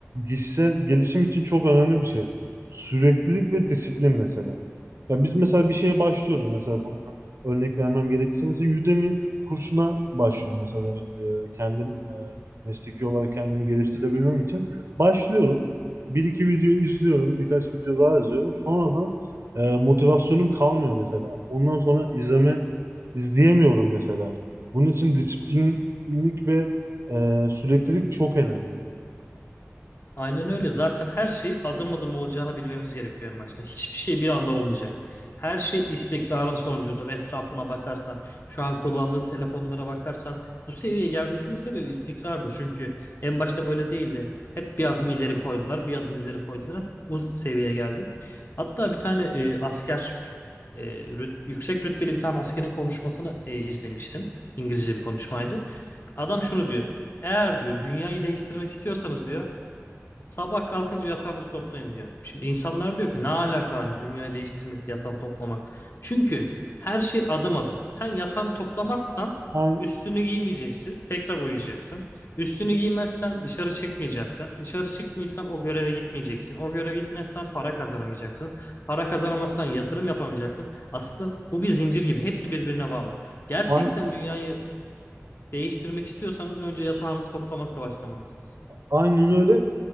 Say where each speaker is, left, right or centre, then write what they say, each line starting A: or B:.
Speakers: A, on the right; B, on the left.
A: kişisel gelişim için çok önemli bir şey. Süreklilik ve disiplin mesela. Ya biz mesela bir şeye başlıyoruz mesela bundan örnek vermem gerekirse mesela Udemy kursuna başlıyorum mesela ben, e, kendim e, mesleki olarak kendimi geliştirebilmem için başlıyorum. Bir iki video izliyorum, birkaç video daha izliyorum. Sonradan e, motivasyonum kalmıyor mesela. Ondan sonra izleme izleyemiyorum mesela. Bunun için disiplinlik ve ee, süreklilik çok önemli.
B: Aynen öyle. Zaten her şey adım adım olacağını bilmemiz gerekiyor en başta. Hiçbir şey bir anda olmayacak. Her şey istikrarın sonucudur. Etrafına bakarsan, şu an kullandığın telefonlara bakarsan bu seviyeye gelmesinin sebebi istikrardır. Çünkü en başta böyle değildi. Hep bir adım ileri koydular, bir adım ileri koydular. Bu seviyeye geldi. Hatta bir tane e, asker, e, rüt- yüksek rütbeli bir tane askerin konuşmasını e, izlemiştim. İngilizce bir konuşmaydı. Adam şunu diyor. Eğer diyor dünyayı değiştirmek istiyorsanız diyor Sabah kalkınca yatağınızı toplayın diyor. Şimdi insanlar diyor ki ne alaka hani dünyayı değiştirmek yatağını toplamak. Çünkü her şey adım adım. Sen yatağını toplamazsan
A: Ay-
B: üstünü giymeyeceksin. Tekrar uyuyacaksın. Üstünü giymezsen dışarı çıkmayacaksın. Dışarı çıkmıyorsan o göreve gitmeyeceksin. O göreve gitmezsen para kazanamayacaksın. Para kazanamazsan yatırım yapamayacaksın. Aslında bu bir zincir gibi. Hepsi birbirine bağlı. Gerçekten
A: ay-
B: dünyayı değiştirmek istiyorsanız önce yatağınızı toplamakla başlamalısınız.
A: Aynen öyle.